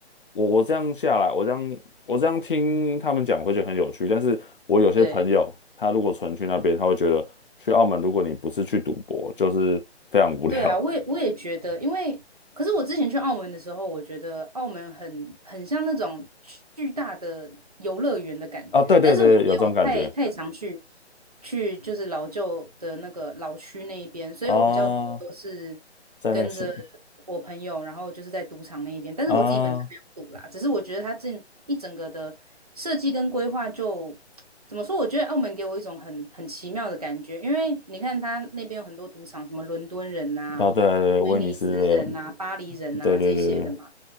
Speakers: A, on the left; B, on the right.
A: 我我这样下来，我这样我这样听他们讲会觉得很有趣，但是我有些朋友，
B: 对。
A: 他如果纯去那边，他会觉得去澳门，如果你不是去赌博，就是非常无聊
B: 对啊，我也我也觉得，因为可是我之前去澳门的时候，我觉得澳门很很像那种巨大的游乐园的感觉，
A: 啊 <laughs>。对对对，
B: 但是我没有太太常去
A: 有这种感觉
B: 去就是老旧的那个老区那一边，所以我比较多都是。
A: 啊，在那个县
B: 跟着我朋友，然后就是在赌场那一边，但是我自己本身没有赌啦，
A: 啊，啊
B: 只是我觉得它这一整个的设计跟规划就怎么说？我觉得澳门给我一种很很奇妙的感觉，因为你看它那边有很多赌场，什么伦敦人呐、
A: 对对对，
B: 威尼斯人呐、
A: 威尼斯的，
B: 巴黎人呐、
A: 对对对
B: 这些的嘛，